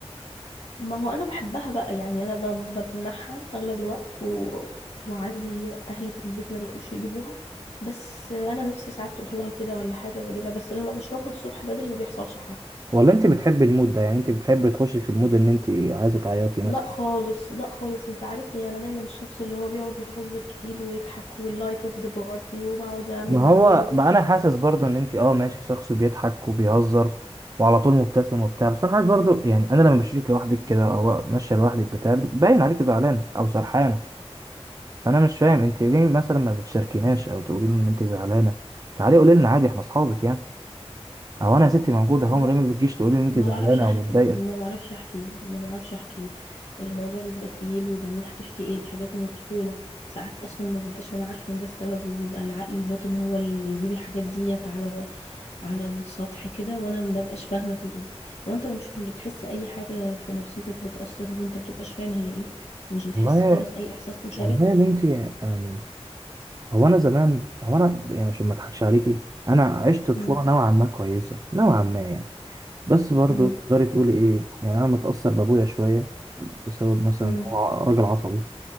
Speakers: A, on the left; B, on the right.
A: ما هو انا بحبها بقى يعني انا ب- بمنحها اغلب الوقت و... وعندي اهلي في البيت ما بقوش يجيبوها بس انا نفسي ساعات تروح لها كده ولا حاجة بجيبها بس لما بشربها الصبح بدري ما بيحصلش حاجة
B: ولا انت بتحبي المود ده يعني انت بتحبي تخشي في المود ان انت عايزه تعيطي مثلا
A: لا خالص لا خالص انت عارفني انا دايما الشخص اللي هو بيقعد يهزر كتير ويضحك واللايف اوف ذا بارتي وبقعد اعمل
B: ما
A: جو
B: هو ما انا حاسس برضو ان انت اه ماشي شخص بيضحك وبيهزر وعلى طول مبتسم وبتاع بس انا حاسس برضو يعني انا لما بشوفك لوحدك كده او ماشيه لوحدك بتاع باين عليك زعلانه او سرحانه فانا مش فاهم انت ليه مثلا ما بتشاركيناش او تقولي لي ان انت زعلانه تعالي قولي لنا عادي احنا اصحابك يعني او انا يا ستي موجوده اهو
A: ما
B: ليه ما بتجيش تقولي لي ان انت
A: ما
B: زعلانه
A: بعرفش احكي
B: او متضايقه
A: ما بعرفش احكي ما بعرفش احكي الموضوع بيبقى تقيل وبعدين هتحكي ايه دي حاجات من الطفولة ساعات اصلا ما ببقاش انا عارفة ان ده السبب وبيبقى العقل الباطن هو اللي بيجيب الحاجات ديت على على السطح كده وانا ما ببقاش فاهمة في ايه وانت مش بتحس اي حاجة في نفسيتك بتأثر وانت ما بتبقاش فاهمة هي ايه مش بتحس
B: والله
A: خالص اي احساس مشابه
B: والله يا بنتي يعني هو انا زمان هو انا يعني عشان ما اضحكش عليكي انا عشت طفوله
A: مم.
B: نوعا ما كويسه نوعا ما يعني بس برضه
A: امم
B: تقدري تقولي ايه يعني انا متأثر بابويا شوية بسبب مثلا
A: امم
B: هو راجل عصبي